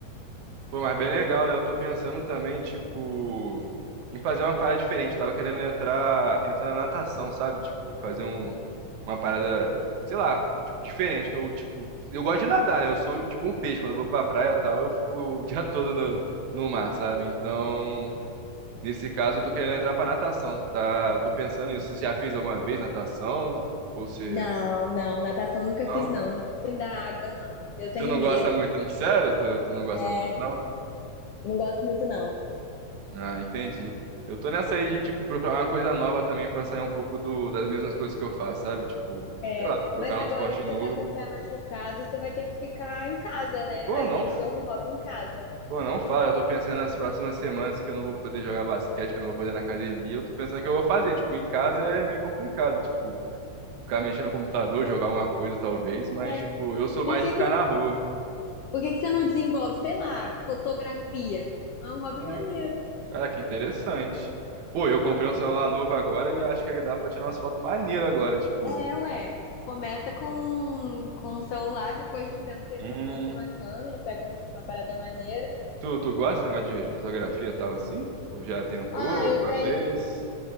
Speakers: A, on the right (about 70°); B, on the left (about 75°).
A: Pô, mas bem legal, né? Eu tô pensando também, tipo, em fazer uma parada diferente. Tava querendo entrar, entrar na natação, sabe? Tipo, fazer um, uma parada, sei lá, tipo, diferente. Que eu, tipo, eu gosto de nadar, né? Eu sou tipo um peixe. Quando eu vou pra praia e tal, eu fico o dia <laughs> todo no, no mar, sabe? Então, nesse caso, eu tô querendo entrar pra natação, tá? Eu tô pensando nisso. Você já fez alguma vez natação? Ou se.
B: Não, não, natação eu nunca
A: Não?
B: fiz, não. Nunca fui da água, não. Eu tenho
A: Tu não
B: medo.
A: gosta muito, não? Sério? Tu, tu não gosta
B: É,
A: muito, não?
B: não gosto muito, não.
A: Ah, entendi. Eu tô nessa aí de, tipo, procurar uma coisa nova também pra sair um pouco do, das mesmas coisas que eu faço, sabe? Tipo,
B: É,
A: sei lá, procurar
B: mas agora
A: um esporte
B: que você
A: novo.
B: tá com o pé machucado, você vai ter que ficar em casa, né?
A: Pô,
B: Aí
A: não,
B: tem que
A: f-
B: ser um hobby em casa.
A: pô, não fala. Eu tô pensando nas próximas semanas que eu não vou poder jogar basquete, que eu não vou poder ir na academia. Eu tô pensando o que eu vou fazer. Tipo, em casa é meio complicado. Tipo, ficar mexendo no computador, jogar alguma coisa, talvez. Mas,
B: É.
A: tipo, eu sou mais
B: Por que
A: de ficar
B: que
A: na rua.
B: Por que que você não desenvolve, sei lá, fotografia? É um hobby
A: Ah,
B: maneiro.
A: cara, que interessante. Pô, eu comprei um celular novo agora e acho que dá pra tirar umas fotos maneiras agora, tipo.
B: É, ué. Começa com, com um celular, depois de um tempo você
A: Hum.
B: compra uma câmera, pega um- uma parada maneira.
A: Tu, tu gosta desse negócio de, de fotografia e tal assim? Tu já tentou
B: Ah, eu
A: uma
B: tenho.
A: vez?